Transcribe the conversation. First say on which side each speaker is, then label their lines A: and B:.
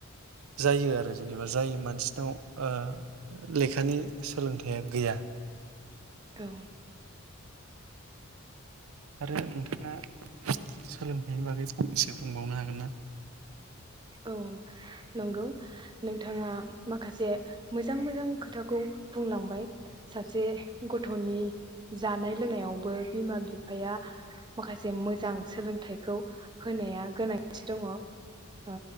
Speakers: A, on the right (about 80°); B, on the right (about 20°).
A: जायो आरो जेनेबा जाय मानसिनाव ओ लेखानि सोलोंथाइया गैया
B: औ
A: आरो नोंथाङा सोलोंथाइनि बागै फंनैसो बुंबावनो हागोन ना?
B: औ नंगौ नोंथाङा माखासे मोजां मोजां खोथाखौ बुंलांबाय सासे गथनि जानाय लोंनायावबो बिमा बिफाया माखासे मोजां सोलोंथाइखौ होनाया गोनांथि दङ ओ